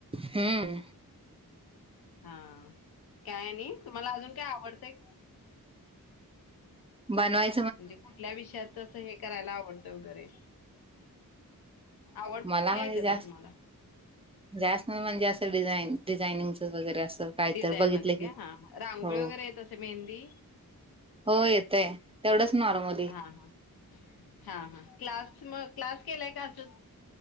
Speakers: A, on the right (about 15°); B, on the left (about 85°).
A: हम्म.
B: हां, काय नाही तुम्हाला अजून काय आवडतंय?
A: बनवाय
B: म्हणजे कुठल्या विषयात तसं हे करायला आवडतं वगैरे. आवड कुठल्या
A: मला म्हणजे
B: याच्यात
A: जास्त
B: आहे तुम्हाला
A: जास्त म्हणजे डिझाईन डिझाईनिंगचचं वगैरे असं. काय
B: डिझाईनमध्ये
A: तर बघितलं की
B: का, रांगोळी
A: हो
B: वगैरे येत असे, मेहंदी?
A: हो, येतंय तेवढंच नॉर्मल.
B: हा, हा, हा, हा, क्लास मग क्लास केलाय का असंच.